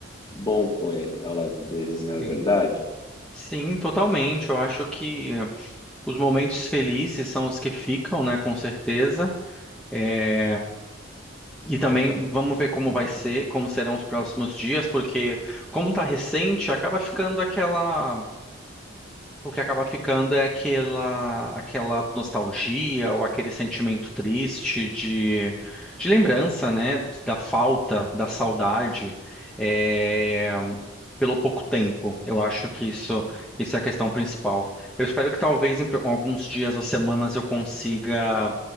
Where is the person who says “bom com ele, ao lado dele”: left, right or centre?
Left